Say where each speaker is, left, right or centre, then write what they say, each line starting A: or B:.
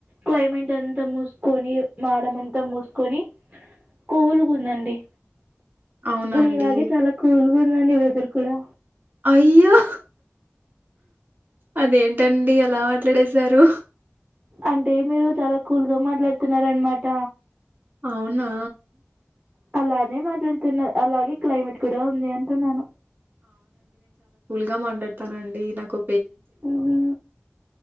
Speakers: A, on the right; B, on the right.
A: క్లైమేట్ అంతా మూసుకొని మాడమంతా మూసుకొని కూల్ గుందండి
B: అవునా
A: మీలాగే
B: అండి
A: చాలా కూల్ గా ఉందండి వెదర్ కూడా
B: అయ్యో అదేంటండి అలా మాట్లాడేసారు
A: అంటే మీరు చాలా కూల్ గా మాట్లాడుతున్నారన్నమాట
B: అవునా
A: అలానే మాట్లాడుతున్న అలాగే క్లైమేట్ కూడా ఉంది అంటున్నాను
B: గా మాట్లాడతానండి నాకొ
A: ఉహు